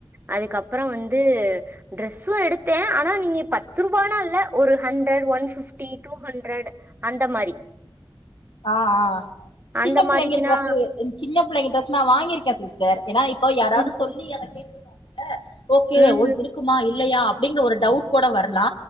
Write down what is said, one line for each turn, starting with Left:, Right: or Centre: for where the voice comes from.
Right: அதுக்கப்புற வந்து ட்ரெஸ்ஸு எடுத்தே ஆனா நீங்க பத்து ரூபானா இல்ல ஒரு hundred one fifty two hundred அந்த மாரி
Left: ஆ ஆ சின்ன
Right: அந்த
Left: பிள்ளைங்க
Right: மாரிக்குனா
Left: டிரெஸ்ஸு சின்ன பிள்ளைங்க டிரெஸ் நா வாங்கிருக்கே சிஸ்டர் ஏன்னா இப்போ யாராவது
Right: ம்
Left: சொல்லி அத <inaudible> <inaudible> ஓகே
Right: ம்
Left: இருக்குமா இல்லையா அப்டிங்கற ஒரு டவுட் கூட வரலா